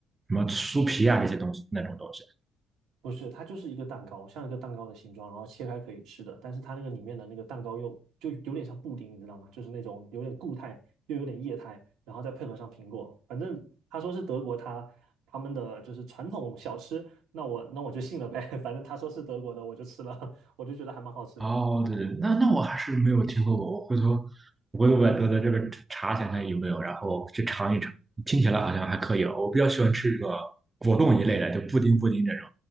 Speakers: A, on the right; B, on the right.
A: 什么酥皮啊这些东西那种东西？
B: 不是，它就是一个蛋糕，像一个蛋糕的形状，然后切开可以吃的，但是它那个里面的那个蛋糕又就有点像布丁，你知道吗？就是那种有点固态又有点液态，然后再配合上苹果，反正他说是德国他他们的就是传统小吃，那我那我就信了呗，<laughs> 反正他说是德国的，我就吃了，我就觉得还蛮好吃的。
A: 哦，对对，那那我还是没有听说过，我回头我回头百度的这个查一下看有没有，然后去尝一尝。听起来好像还可以哦，我比较喜欢吃这个果冻一类的，就布丁布丁这种。